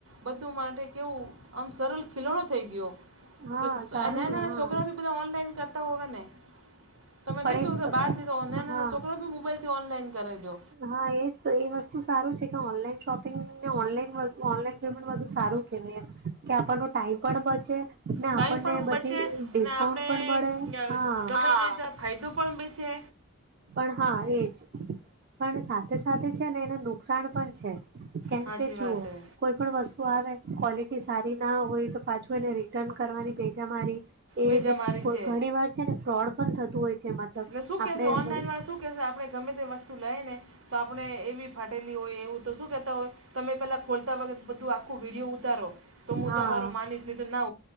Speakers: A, on the right; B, on the right.
A: બધું માટે કેવું આમ સરળ ખીલણો થઈ ગયો
B: હા
A: કે નાના
B: સારું
A: નાના
B: હા
A: છોકરા બી બધા ઓનલાઈન કરતા હોય ને તમે
B: પણ
A: નહી કે
B: એ
A: બાર જે ઓનને
B: હા
A: છોકરો પણ મોબાઈલથી ઓનલાઇન કર દો
B: હા એ જ તો એ વસ્તુ સાર છે કે ઓનલાઈન શોપિંગને ઓનલાઈન ઓનલાઈન પેમેન્ટ બધુ સારું કહેવાય એમ કે આપણનો ટાઈમ પણ બચે ને
A: ટાઈમ
B: આપણને
A: પણ
B: બધી
A: બચે
B: ડિસ્કાઉન્ટ
A: ને આપણે
B: પણ મળે
A: ગમે
B: હા
A: ફાયદો પણ બ છે
B: પણ હા એજ પણ સાથે સાથે છે ને એને નુકસાન પણ છે કેમ
A: સાચી
B: કે જુઓ
A: વાત હે
B: કોઈ પણ વસ્તુ આવે ક્વોલિટી સારી ના હોય તો પાછું એને રિટર્ન કરવાની ભેજા મારી
A: બેજમારી
B: એને
A: છે
B: ઘણી વાર છે ને ફ્રોડ પણ થતું હોય છે મતલબ
A: ને શું કહેશે
B: આપણે
A: ઓનલાઈન વાળ શું કહેશે આપણે ગમે તે વસ્તુ લઈ ને તો આપણે એવી ફાટેલી હોય એવું તો શું કેહેતા હોય તમે પેલા ખોલતા વખતે બધું આખું વિડીિયો ઉતારો તો હું
B: હા
A: તમારો માનીશ નહી તો ના